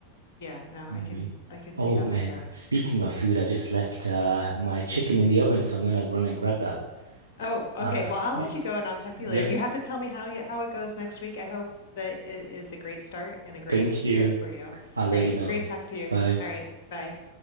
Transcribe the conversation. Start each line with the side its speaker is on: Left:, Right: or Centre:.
Left: Yeah, no, I
Right: Anyway.
Left: can I can see
Right: Oh
Left: how
Right: man,
Left: that goes.
Right: speaking of food, I just left uh my chicken in the oven, so I'm gonna run and grab that.
Left: Oh, okay.
Right: Uh,
Left: Well, I'll
Right: yep,
Left: let you go and I'll talk
Right: yep.
Left: to you later. You have to tell me how you, how it goes next week. I hope that it is a great start and a great
Right: Thank you.
Left: fit for you. All
Right: I'll let
Left: right.
Right: you know.
Left: Great talk to you.
Right: Bye.
Left: All right. Bye.